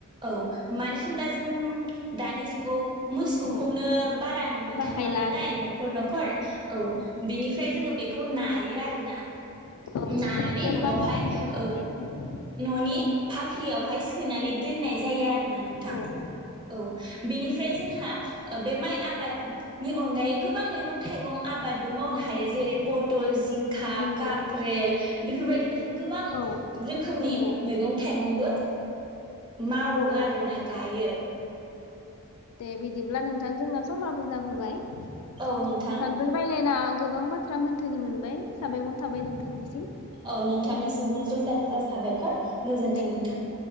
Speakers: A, on the right; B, on the left.
A: औ मानो होमब्ला जों दानि जुग गौ मोसौखौनो
B: औ
A: बारा नुनो
B: बाहायला
A: थांला नालाय
B: आरो
A: न'खर न'खर औ
B: नंगौ
A: बिनिफ्राय जोङो बे खौ नायो आरो ना
B: औ बोरबा
A: नानानै न'आवहाय
B: बोरबाजों थानाय
A: ओ
B: जायो
A: न'नि फा ख्रियावहाय सोनानै दोननाय जायो आर ना नोंथां
B: औ नंगौ नंगौ
A: औ बिनिफ्राय
B: नंगौ नोंथां
A: जोंहा ओ बे माइ आबादनि अनगायै गोबां मैगं थाइगं आबादबो मावनो
B: औ
A: हायो
B: नंगौ
A: जेरै पटल जिंखा
B: नंगौ
A: काक्रेल बेफोरबायदिनो गोबां
B: औ
A: रोखोमनि
B: नंगौ
A: मैगं थाइगंबो <inaudible> मावो
B: नंगौ नोंथां
A: आरो ना
B: नंगौ
A: गायो
B: दे बिदिब्ला नोंथां जोंना समाबो जाबोबाय नोंथांजों
A: औ नोंथां
B: रायलायना गोबां बाथ्रा मोनथोनि मोनबाय साबायखर थाबाय नोंथांनिसिम
A: औ नोंथांनिसिमबो रोजा
B: औ
A: रोजा
B: औ
A: साबायखर गोजोन्थों
B: दे
A: नोंथां
B: बिदिब्ला